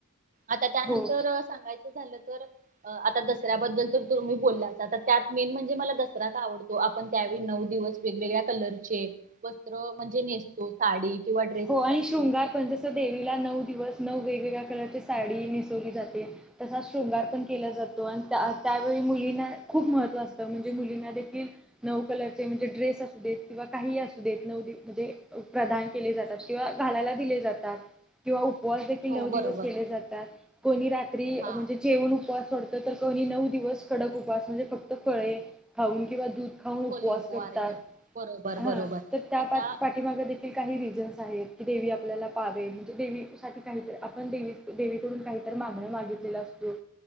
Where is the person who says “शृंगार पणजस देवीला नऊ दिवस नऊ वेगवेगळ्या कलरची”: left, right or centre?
Centre